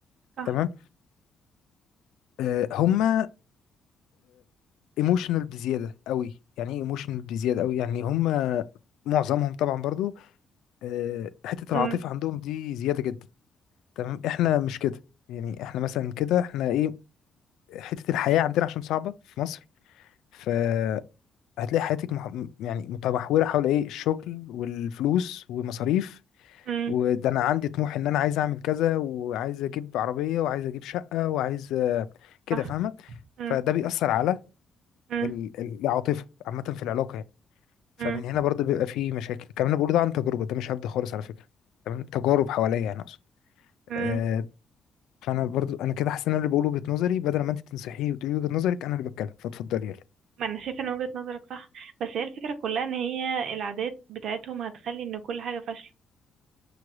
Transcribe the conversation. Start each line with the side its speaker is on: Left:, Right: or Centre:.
Right: صح
Left: تمام آه، هما ايموشنال بزياده قوي يعني ايه ايموشنال بزياده قوي يعني هما معظمهم طبعا برضو آه، حته
Right: امم
Left: العاطفه عندهم دي زياده جدا تمام احنا مش كده يعني احنا مثلا كده احنا ايه حتة الحياة عندنا عشان صعبة في مصر فهتلاقي حياتك مح... م- يعني متمحورة حول ايه الشغل والفلوس ومصاريف
Right: امم
Left: وده انا عندي طموح ان انا عايز اعمل كذا وعايز اجيب عربية وعايز اجيب شقة وعايز آه، كده
Right: صح
Left: فاهمة فده
Right: امم
Left: بيأثر على
Right: امم
Left: ال- ال- العاطفة عامة في العلاقة يعني فمن
Right: امم
Left: هنا برضه بيبقى فيه مشاكل الكلام اللي أنا بقوله ده عن تجربة ده مش هبدأ خالص على فكرة تمام تجارب حواليا يعني اقصد
Right: امم
Left: آه، فانا برضو انا كده حاسس ان انا اللي بقول وجهه نظري بدل ما انت تنصحيه وتقولي وجهه نظرك انا اللي بتكلم فاتفضلي يلا
Right: ما انا شايفه ان وجهة نظرك صح بس هي الفكره كلها ان هي العادات بتاعتهم هتخلي ان كل حاجه فاشله